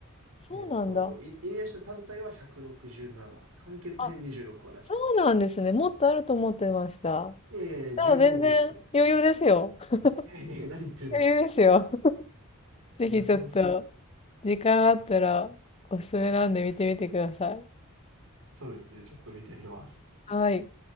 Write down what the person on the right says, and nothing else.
えっと、い犬夜叉単体は167、完結編26話だし
い。いやいやいや、
十分多いですよ。
いやいやいや、何言ってるんですか。
やばいっすよ。
そうですね。ちょっと見てみます。